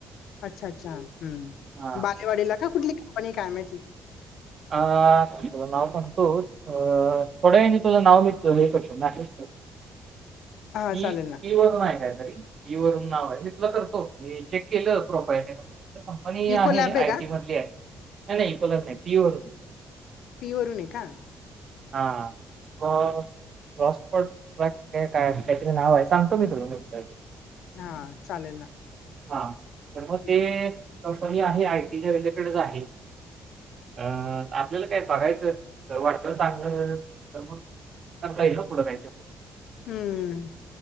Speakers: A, on the left (about 75°); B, on the right (about 50°).
A: अच्छा, अच्छा. हम्,
B: हां,
A: बालेवाडीला का? कुठली कंपनी काय माहिती?
B: आं तुला नाव सांगतो, अ थोड्या वेळाने तुला नाव <unintelligible>
A: हा
B: पी,
A: चालेल ना
B: पी वरुन आहे काहीतरी. की वरून नाव आहे. मी तुला करतो, मी चेक केलं प्रोफाईल हे आणि ही आहे
A: इको लॅब
B: आयटी
A: का
B: मधली आहे. नाही नाही कलर नाही, पी वरून
A: पी वरून आहे का?
B: हा. हा क क्रॉस पट <unintelligible> काय, काय काहीतरी नाव आहे सांगतो मी तुला नंतर.
A: हा, चालेल ना.
B: हा, तर मग
A: हम्म
B: ते कंपनी आहे, आय टी च्या रिलेटेडच आहे. अ आपल्याला काय बघायचं, जर वाटलं चांगलं तर मग करता येईल हो. पुढं काय ते.
A: हम्म.